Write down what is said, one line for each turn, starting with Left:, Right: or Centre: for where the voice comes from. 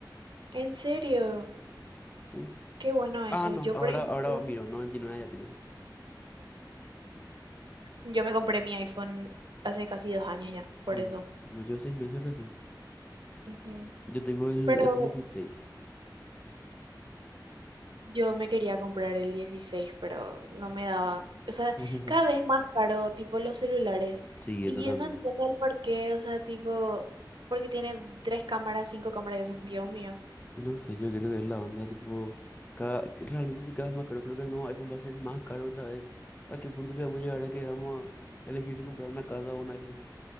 Right: ¿En serio?
Left: ¿sí?
Right: Qué bueno eso.
Left: Ah, no,
Right: Yo,
Left: ahora,
Right: por ejemplo,
Left: ahora miro, 99 ya tiene.
Right: yo me compré mi iPhone hace casi dos años ya, por
Left: Mm,
Right: eso.
Left: no, yo seis meses recién.
Right: Ujú.
Left: Yo tengo el,
Right: Pero
Left: el dieciséis
Right: yo me quería comprar el 16, pero no me daba. O sea,
Left: <laughs>
Right: cada vez más caro, tipo los celulares.
Left: Sí,
Right: Y
Left: eso también.
Right: yo no entiendo el por qué, o sea, tipo, porque tiene tres cámaras, cinco cámaras, <laughs> Dios mío.
Left: Y no sé, yo creo que es la onda, tipo, cada, que realmente sí cada vez más caro, creo que el nuevo iPhone va a ser más caro otra vez. ¿A qué punto vamos a llegar a que vamos a elegir si comprar una casa o un iPhone?